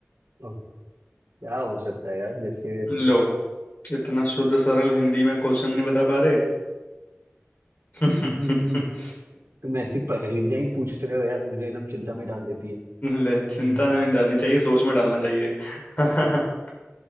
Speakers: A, on the right (about 75°); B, on the left (about 40°).
A: ओ, क्या हो सकता है यार जिसके
B: लो इतना शुद्ध सरल हिंदी में क्वेश्चन नहीं बता पा रहे
A: <laughs>
B: <laughs>
A: तुम ऐसी पहेलियां ही पूछ रहे हो यार मुझे एकदम चिंता में डाल देती है
B: ले चिंता
A: हम्म,
B: नहीं डालनी चाहिए सोच में डालना चाहिए <laughs>